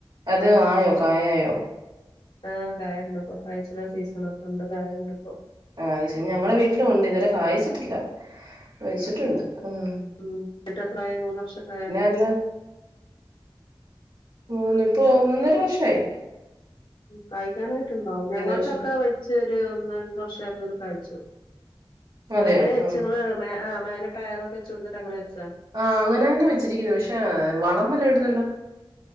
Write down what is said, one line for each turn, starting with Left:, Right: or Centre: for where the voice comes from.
Right: അത് ആയോ കായായോ
Left: ആഹ് കായുണ്ട് ഇപ്പൊ കാഴ്ച്ചിണ സീസണ ഒക്ക ഇണ്ട് കായണ്ട് ഇപ്പൊ
Right: ആഹ് അത്ശ ഞങ്ങടെ വീട്ടിലുണ്ട് ഇതുവരെ കായ്ച്ചിട്ടില്ല വെച്ചിട്ടുണ്ട് ഉം
Left: ഉം <unintelligible> ട്ട് എത്രായി മൂന്ന് വർഷക്കായൊ
Right: അല്ല മൂന്ന് ഇപ്പൊ ഒന്നൊ ഒന്നര വർഷായി
Left: കായ്ക്കനായിട്ടുണ്ടാവും ഞങ്ങളതൊക്കെ
Right: പക്ഷെ
Left: ഇച്ചൊരു ഒന്ന് രണ്ട് വർഷായപ്പൊ കായിച്ചു
Right: അതെയോ
Left: എങ്ങന വച്ച്
Right: ആ
Left: ഇങ്ങള് മേ ആഹ് മേലെ ട്ടയറൊക്ക വെച്ചൊട്ത്തിട്ട് അങ്ങന വെച്ചതാ
Right: ആഹ് അങ്ങനെന്നെ വെച്ചിരിക്ക്ന്നെ പക്ഷേ വളം നല്ലം ഇട്ന്നുണ്ടൊ